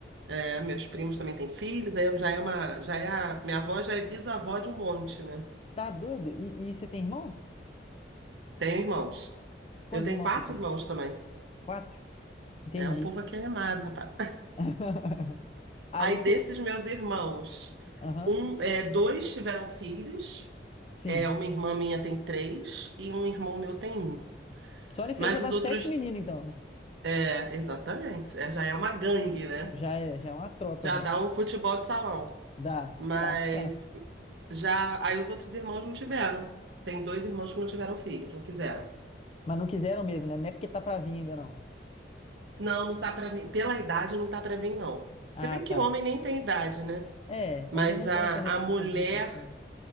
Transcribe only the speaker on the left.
Tá doido? E, e você tem irmãos?
Quantos
irmãos
você tem?
Quatro? Entendi.
<laughs>
Aí,
pe...
Aham,
sim.
Só nisso
aí já dá
sete
meninos, então, né?
Já é, já é uma tropa,
já.
Dá,
fácil, fácil.
Mas não quiseram mesmo, né? Não é porque tá pra vir ainda, não.
Ah,
tá.
É,
homem não
tem essa res-
tanta restrição. né?